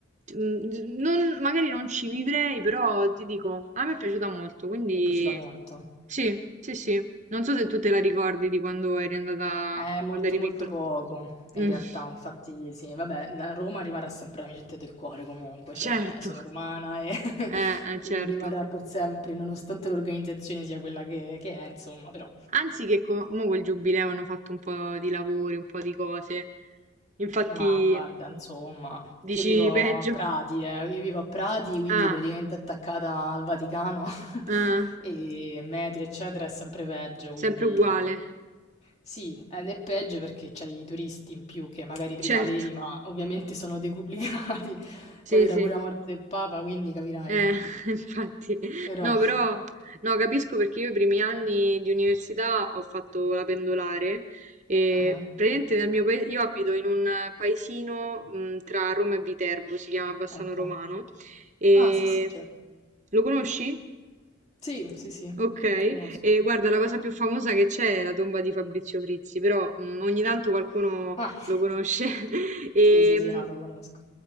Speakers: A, on the right; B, on the left.
A: mm, non- magari non ci vivrei, però ti dico, a me è piaciuta molto, quindi
B: è piaciuta molto.
A: sì, sì, sì. Non so se tu te la ricordi di quando eri andata,
B: È molto
A: quando eri
B: molto
A: piccola.
B: poco, in
A: Mm,
B: realtà,
A: <laughs>
B: infatti sì, vabbè, la Roma rimarrà sempre la mia città del cuore comunque,
A: certo.
B: cioè sono romana e <laughs>
A: Eh, eh,
B: quindi
A: certo.
B: rimarrà per sempre, nonostante l'organizzazione sia quella che, che è, insomma, però
A: Anzi che co- mo col giubileo hanno fatto un po' di lavori, un po' di cose. Infatti,
B: Ma guarda, insomma,
A: dici
B: io vivo
A: peggio.
B: a Prati, eh, Io vivo a Prati, quindi
A: Ah,
B: praticamente attaccata al Vaticano
A: ah,
B: <laughs> e metro, eccetera, è sempre peggio,
A: sempre
B: quindi
A: uguale.
B: sì, ed è peggio perché c'hai i turisti in più che magari prima
A: Certo,
B: avevi, ma ovviamente sono decuplicati, <laughs>
A: sì,
B: poi ora
A: sì.
B: pure la morte del Papa, quindi capirai.
A: Eh, <laughs> infatti,
B: Però,
A: no, però no, capisco perché io i primi anni di università ho fatto la pendolare e
B: ah,
A: praticamente nel mio paese, io abito in un paesino mh, tra Roma e Viterbo, si chiama Bassano
B: ok.
A: Romano e
B: Ah, sì, sì, certo.
A: lo conosci?
B: Sì, sì, sì, lo
A: Ok,
B: conosco.
A: e guarda, la cosa più famosa che c'è è la tomba di Fabrizio Frizzi, però mm, ogni tanto qualcuno
B: Ah, <laughs>
A: lo conosce. <laughs> E,
B: sì, sì, sì,
A: mm,
B: no, lo conosco.